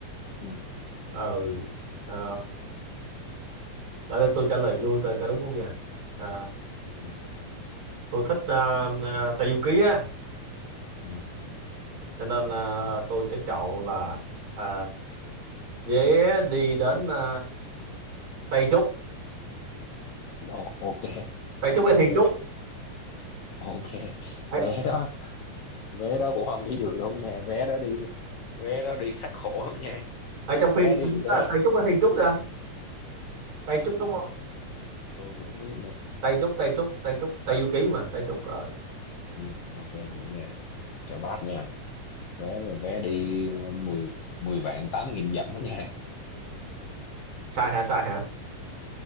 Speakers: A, on the left; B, on the right.
A: Ừ.
B: ừ à, để đây tôi trả lời vui coi có đúng không nha à,
A: Ừ.
B: tôi thích uh, Tây Du Ký á
A: ừ.
B: cho nên là tôi sẽ chọn là à, vé đi đến à, Tây Trúc
A: Ồ, ok
B: Tây Trúc
A: ok
B: hay Thiên Trúc
A: ok
B: ở,
A: vé đó vé đó cũng không đi được đâu nha vé đó đi vé đó đi khắc khổ lắm nha
B: ở trong phim
A: vé đi
B: à,
A: vé
B: Tây Trúc hay Thiên Trúc ra Tây Trúc
A: tôi
B: đúng không
A: cũng tôi cũng không biết nữa
B: Tây Trúc Tây Trúc Tây Trúc Tây Du Ký mà Tây Trúc rồi
A: ừ, ok vậy nha chào bác nha vé là vé đi ờ, 10 10 vạn tám nghìn dặm đó nha
B: sai hả sai hả